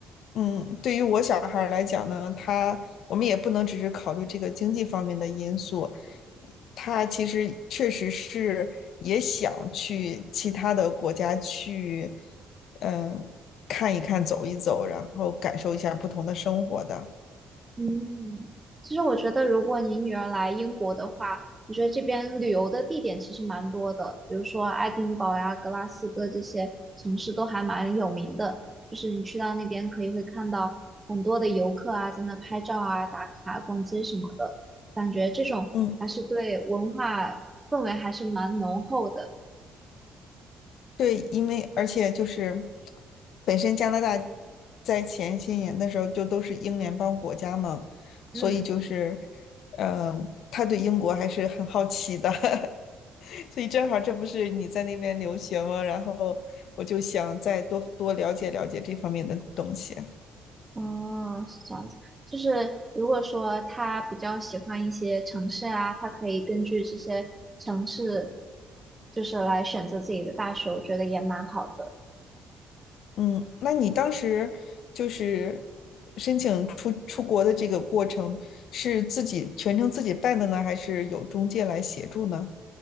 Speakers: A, on the left (about 60°); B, on the right (about 25°).
A: 嗯，对于我小孩儿来讲呢，他我们也不能只是考虑这个经济方面的因素，他其实确实是也想去其他的国家去，嗯，看一看、走一走，然后感受一下不同的生活的。
B: 嗯，其实我觉得，如果你女儿来英国的话，我觉得这边旅游的地点其实蛮多的，比如说爱丁堡呀、格拉斯哥这些城市都还蛮有名的。就是你去到那边，可以会看到很多的游客啊，在那拍照啊、打卡、逛街什么的，感觉这种还是对文化氛围还是蛮浓厚的。
A: 嗯。对，因为而且就是本身加拿大在前些年的时候就都是英联邦国家嘛，
B: 嗯。
A: 所以就是，嗯、他对英国还是很好奇的，<laughs> 所以正好这不是你在那边留学吗？然后我就想再多多了解了解这方面的东西。
B: 哦，是这样子，就是如果说他比较喜欢一些城市啊，他可以根据这些城市，就是来选择自己的大学，我觉得也蛮好的。
A: 嗯，那你当时就是申请出出国的这个过程是自己全程自己办的呢，还是有中介来协助呢？